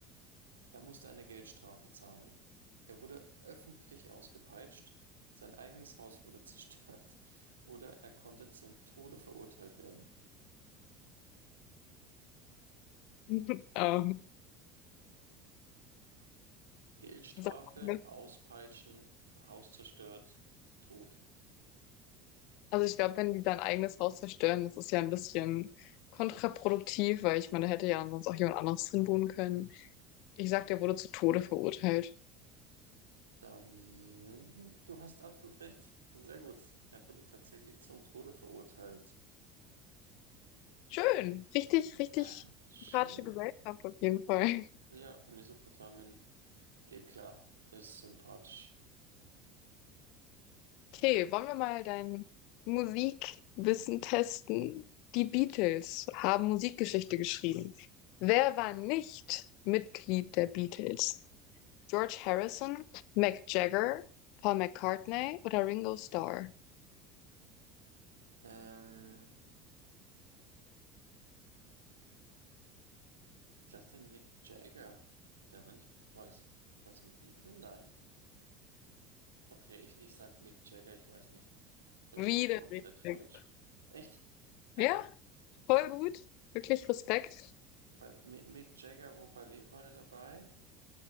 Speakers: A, on the right (about 85°); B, on the left (about 60°).
A: Er musste eine Geldstrafe zahlen, er wurde öffentlich ausgepeitscht, sein eigenes Haus wurde <laughs> zerstört oder er konnte zum Tode verurteilt werden.
B: <laughs> Ähm,
A: Geldstrafe,
B: sag mal,
A: Auspeitschen, Haus zerstört, Tod.
B: Also ich glaube, wenn die sein eigenes Haus zerstören, das ist ja ein bisschen kontraproduktiv, weil ich meine, da hätte ja sonst auch jemand anderes drin wohnen können. Ich sag, der wurde zu Tode verurteilt.
A: Dann, du hast absolut recht. Sehr gut. Er wurde tatsächlich zum Tode verurteilt.
B: Schön. Richtig, richtig
A: <laughs> Schön.
B: sympathische Gesellschaft auf jeden Fall. <laughs>
A: Ja, Mesopotamien geht klar, ist sympathisch.
B: Okay, wollen wir mal dein Musikwissen testen? Die Beatles haben Musikgeschichte geschrieben. Wer war nicht Mitglied der Beatles? George Harrison, Mick Jagger, Paul McCartney oder Ringo Starr?
A: Ähm, ich dachte Mick Jagger. Der war nicht, war das, war das ein Beatle? Nein. Okay, ich, ich sag Mick Jagger, ich weiß nicht. Vielleicht
B: Wieder
A: bin ich komplett
B: richtig.
A: falsch. Echt? <laughs>
B: Ja, voll gut. Wirklich Respekt. <laughs>
A: Bei Mi- Mick Jagger, wo, bei wem war der dabei?